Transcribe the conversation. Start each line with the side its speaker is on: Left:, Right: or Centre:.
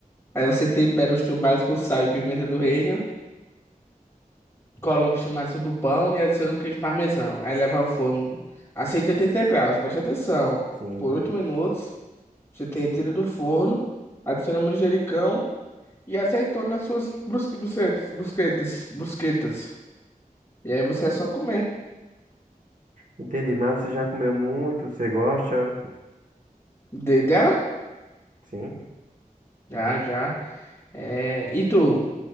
Left: aí você tempera os tomates com sal e pimenta do reino, coloca os tomates sobre o pão e adiciona um queijo parmesão. Aí leva ao forno a 180 graus, preste atenção.
Right: Sim.
Left: Por 8 minutos, você te retira do forno, adiciona manjericão e azeitona nas suas brusque- bucetas, brusquetas, brusquetas. E aí você é só comer.
Right: Entendi, mas você já comeu muito, você gosta?
Left: De dela?
Right: Sim.
Left: Já, já. É, E tu?